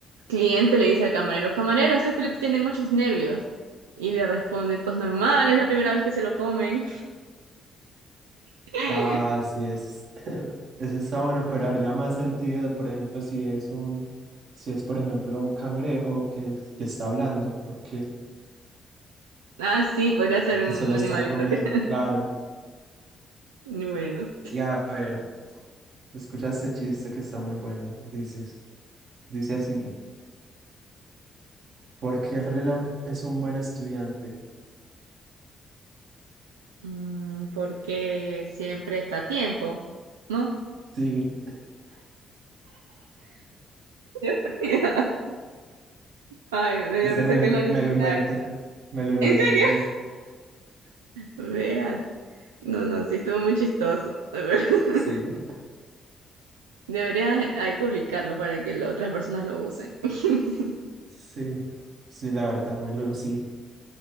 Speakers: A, on the right (about 80°); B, on the right (about 65°).
A: cliente le dice al camarero, camarero, este filete tiene muchos nervios. Y le responde, pues normal, es la primera vez que se lo comen. <laughs>
B: Ah, sí, es. <laughs> Eso está bueno, pero haría más sentido, por ejemplo, si es un, si es, por ejemplo, un cangrejo que, que está hablando, porque,
A: Ah, sí, podría ser
B: porque
A: un
B: se lo están
A: animalito.
B: comiendo,
A: <laughs> que-
B: claro.
A: Bueno,
B: Y a ver, escucha este chiste que está muy bueno, dices. Dice así, ¿por qué el reloj es un buen estudiante?
A: mm, porque siempre está a tiempo, ¿no?
B: Sí,
A: <laughs> Ay, me dio
B: ese
A: risa
B: me
A: que
B: lo,
A: lo adivinara.
B: me lo inventé, me lo inventé
A: ¿En serio?
B: yo.
A: Vea, no, no, sí estuvo muy chistoso. <laughs>
B: Sí,
A: Deberías eh, ahí publicarlo para que las otras personas lo usen. <laughs>
B: <laughs> sí, sí, la verdad, me lo sí.